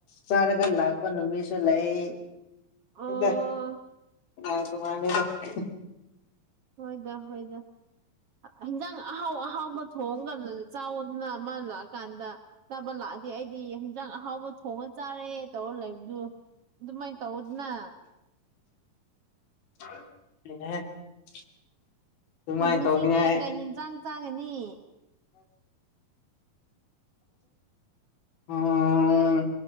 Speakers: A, on the left; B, on the right.
A: ꯆꯥꯔꯒ ꯂꯥꯛꯄ ꯅꯨꯃꯤꯠꯁꯨ ꯂꯩ
B: ꯑꯣ
A: <unintelligible>
B: ꯍꯣꯏꯗ ꯍꯣꯏꯗ ꯍꯟꯖꯥꯡ ꯑꯍꯥꯎ ꯑꯍꯥꯎꯕ ꯊꯣꯡꯗꯅ ꯆꯥꯎꯗꯅ ꯃ ꯂꯥ ꯀꯥꯟꯗ ꯆꯥꯕ ꯂꯥꯗ ꯑꯗꯨꯗꯤ ꯑꯩꯗꯤ ꯍꯤꯟꯖꯥꯡ ꯑꯍꯥꯎꯕ ꯊꯣꯡꯉ ꯆꯥꯔꯦ ꯇꯧꯔ ꯂꯩꯕꯗꯨ ꯑꯗꯨ ꯃꯥꯏ ꯇꯧꯗꯅ
A: <unintelligible> ꯑꯗꯨꯃꯥꯏꯅ
B: ꯑꯗꯨ ꯉꯁꯤꯗꯤ
A: ꯇꯧꯅꯤꯡꯉꯥꯏ
B: ꯀꯩ ꯍꯦꯟꯖꯥꯡ ꯆꯥꯒꯅꯤ
A: ꯑꯝꯝꯝ